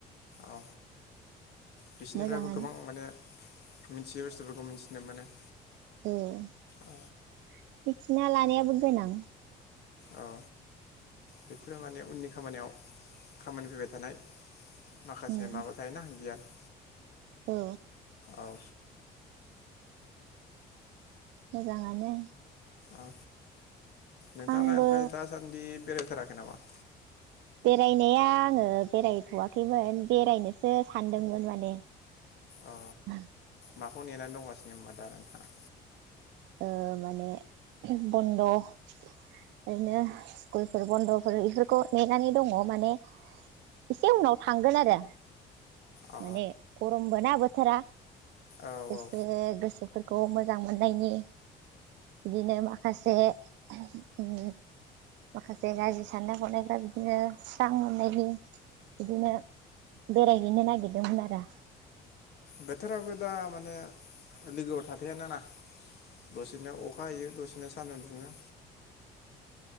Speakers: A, on the left; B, on the right.
A: औ बिसोरनिफ्रायबो
B: मोजाङानो
A: गोबां माने मिथियै बुस्थुफोरखौ मिथिनो मोनो।
B: औ मिथिना
A: औ
B: लानायाबो गोनां।
A: औ बेफोरो माने उननि खामानियाव खामानि फैबाय थानाय। माखासे
B: उम
A: माबा थायोना गियान।
B: औ।
A: औ।
B: मोजाङानो।
A: औ। नोंथाङालाय
B: आंबो
A: ओमफाय दासान्दि बेरायथाराखै नामा?
B: बेरायनाया आङो बेरायथ'वाखैमोन बेरायनोसो सानदोंमोन माने।
A: अ
B: <unintelligible>
A: माखौ नेनानै दंगासिनो होमबा दा नोंथाङा?
B: ओ माने बन्द' ओरैनो स्कुलफोर बन्द'फोर इफोरखौ नेनानै दङ' माने एसे उनाव थांगोन आरो
A: अ
B: माने गरम बोना बोथारा।
A: औ
B: एसे
A: औ
B: गोसो फोरखौ मोजां मोननायनि बिदिनो माखासे उम माखासे गाज्रि साननाय हनायफ्रा बिदिनो स्रां मोननायनि। बिदिनो बेरायहैनो नागिरदोंमोन आरो।
A: बोथोराबो दा मा नो लोगोआव थाफाया ना ना दसेनो अखा हायो दसेनो सान्दुं दुङो।